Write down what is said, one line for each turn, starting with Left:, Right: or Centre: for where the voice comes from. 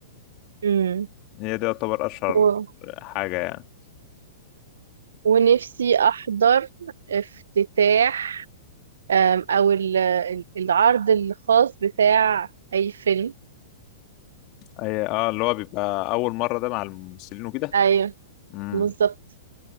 Right: مم.
Left: هي دي يعتبر اشهر
Right: و...
Left: حاجه يعني
Right: ونفسي احضر افتتاح آم، او ال- ال- العرض الخاص بتاع اي فيلم
Left: اي اه اللي هو بيبقى اول مره ده مع الممثلين وكده
Right: ايوه
Left: امم
Right: بالظبط